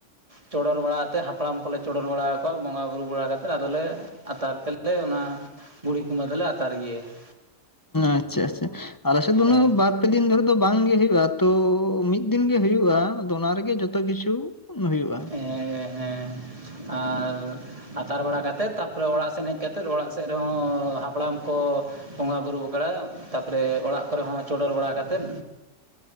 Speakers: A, on the right; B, on the left.
A: ᱪᱚᱰᱚᱨ ᱵᱟᱲᱟ ᱟᱛᱮᱫ ᱦᱟᱯᱲᱟᱢ ᱠᱚᱞᱮ ᱪᱚᱰᱚᱨ ᱵᱟᱲᱟ ᱟᱠᱚᱣᱟ ᱵᱚᱸᱜᱟᱼᱵᱩᱨᱩ ᱵᱟᱲᱟ ᱠᱟᱛᱮᱫ ᱟᱫᱚᱞᱮ ᱟᱛᱟᱨ ᱛᱮᱞᱮ, ᱚᱱᱟ ᱵᱩᱲᱦᱤ ᱠᱩᱢᱵᱷᱟᱹ ᱫᱚᱞᱮ ᱟᱛᱟᱨ ᱜᱮᱭᱟ ᱾
B: ᱟᱪᱪᱷᱟ, ᱟᱪᱷᱟ ᱟᱞᱮ ᱥᱮᱫ ᱩᱱᱟᱹ,
A: ᱦᱮᱸ
B: ᱵᱟᱨ ᱵᱟᱨᱯᱮ ᱫᱤᱱ ᱫᱷᱚᱨᱮ ᱫᱚ, ᱵᱟᱝᱜᱮ ᱦᱩᱭᱩᱜᱼᱟ ᱾ ᱛᱚ ᱢᱤᱫ ᱫᱤᱱ ᱜᱮ ᱦᱩᱭᱩᱜᱼᱟ᱾ ᱟᱫᱚ ᱚᱱᱟ ᱨᱮᱜᱮ ᱡᱚ ᱛᱚ ᱠᱤᱪᱷᱩ ᱦᱩᱭᱩᱜᱼᱟ ᱾
A: ᱮᱸᱻ ᱦᱮᱸ ᱾ ᱟᱨ ᱟᱛᱟᱨ ᱵᱟᱲᱟ ᱠᱟᱛᱮᱫ, ᱛᱟᱯᱚᱨᱮ ᱚᱲᱟᱜ ᱥᱮᱱ, ᱦᱮᱡ ᱠᱟᱛᱮᱫ ᱚᱲᱟᱜ ᱥᱮᱫ, ᱨᱮᱦᱚ, ᱚ ᱦᱟᱯᱲᱟᱢ ᱠᱚ ᱵᱚᱸᱜᱟ ᱵᱩᱨᱩ ᱟᱠᱷᱲᱟ, ᱛᱟᱨᱯᱚᱨᱮ ᱚᱲᱟᱜ ᱠᱚᱨᱮ ᱦᱚᱸ ᱪᱚᱰᱚᱨ ᱵᱟᱲᱟ ᱠᱟᱛᱮᱫ,